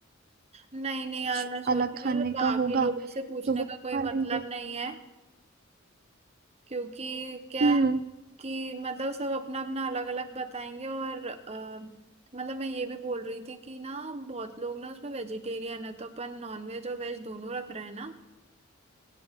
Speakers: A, on the right; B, on the right.
A: नहीं नहीं
B: कुछ
A: यार मैं सोच
B: अलग
A: रही
B: खाने
A: हूँ बाकी
B: का होगा
A: लोगों से पूछने
B: तो वो
A: का
B: खा
A: कोई
B: लेंगे
A: मतलब नहीं है क्योंकि क्या
B: हम्म
A: है कि मतलब सब अपना अपना अलग अलग बताएंगे और अ, मतलब मैं ये भी बोल रही थी कि ना बहुत लोग ना उसमें वेजिटेरियन है तो अपन नॉन वेज और वेज दोनों रख रहे हैं ना